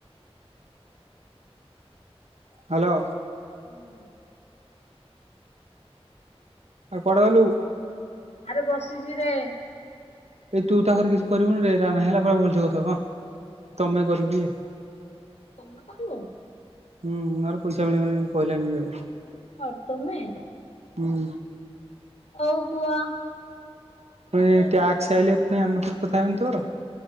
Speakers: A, on the right; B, on the left.
A: ହ୍ୟାଲୋ।
B: ହୁଁ।
A: ଆଉ କୁଆଡେ ଗଲୁ।
B: ଆରେ ବସିଛି ରେ।
A: ଏଇ ତୁ ତାଖରେ କିଛି କରିବୁନି ରେ ରା ନା ହେଲା ପୁରା ଭଲସ କଥା ହ ତମେ କରିକି।
B: ତମେ କରିବ।
A: ହୁଁ ନହେଲେ ପଇସା ମିଳିବନି କହିଲାନି ଏଟେ।
B: ହୁଏ ତ ତମେ।
A: ହୁଁ।
B: ହଉ କୁହ।
A: ପୁଣି ଟ୍ୟାକ୍ସ ଆଇଲେ ପୁଣି ଆମେ କଥା ହେବାନି ତୋର।